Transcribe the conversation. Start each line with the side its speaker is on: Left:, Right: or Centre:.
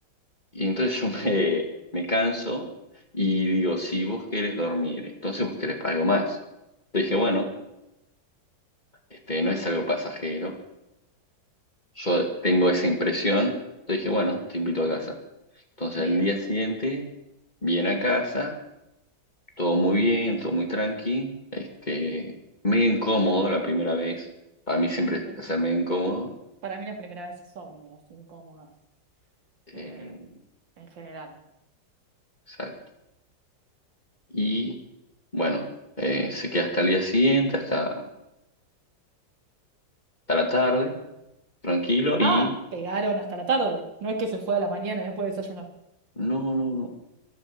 Left: Y entonces yo me, me canso y digo, si vos querés dormir, entonces vos querés algo más. Entonces dije, bueno, este no es algo pasajero. Yo tengo esa impresión. Entonces dije, bueno, te invito a casa. Entonces
Right: Bien.
Left: al día siguiente viene a casa, todo muy bien, todo muy tranqui. Este, medio incómodo la primera vez. Para mí siempre
Right: Y pero
Left: es pasar medio incómodo.
Right: para mí las primeras veces son medias incómodas,
Left: Eh,
Right: eh, en general.
Left: exacto. Y bueno, eh, se queda hasta el día siguiente, hasta, hasta la tarde. tranquilo
Right: Ah,
Left: y
Right: pegaron hasta la tarde. No es que se fue a la mañana después de desayunar.
Left: no, no, no,